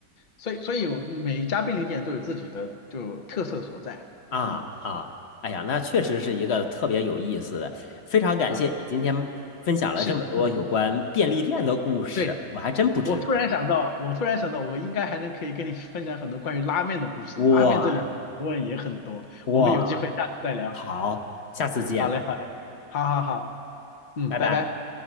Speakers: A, on the left; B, on the left.
A: 所以所以我每一家便利店都有自己的就特色所在，
B: 啊啊，
A: 嗯
B: 哎呀，那确实是一个特别有意思的，非常感谢你今天分享了这么多有关便利店的故事，
A: 嗯是嗯对，
B: 我还真不知道。
A: 我突然想到，我突然想到，我应该还能可以跟你分享很多关于拉面的故事，
B: 哇
A: 拉面这里学问也很多，
B: 哇，
A: 我们有机会下次再聊，
B: 好，下次见。
A: 好嘞好嘞，好好好，嗯，
B: 拜拜。
A: 拜拜。